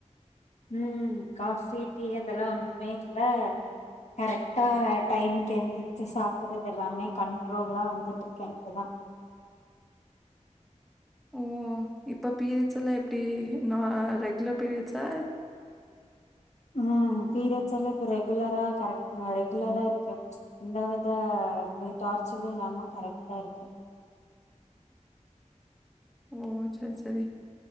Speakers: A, on the left; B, in the centre.
A: உம் காஃபி டீ அதெல்லா ஒன்னு மெயின்ல்ல கரெக்டா டைமுக்கு எந்திரச்சி சாப்புட்றது எல்லாமே கண்ட்ரோல்லா வந்துட்டு இருக்கே இப்பதா
B: ஓ இப்போ பீரியட்ஸ் செல்லா எப்டி நா ரெகுலர் பீரியட்ஸா
A: உம் பீரியட்ஸ்ஸெல்லாப் ரெகுலரா கரெக்ட் ரெகுலரா இருக்கு ச் எந்தாவ்வித டார்ச்சென்னு இல்லாம கரெக்ட்டா இருக்கு
B: ஓ சேர் சேரி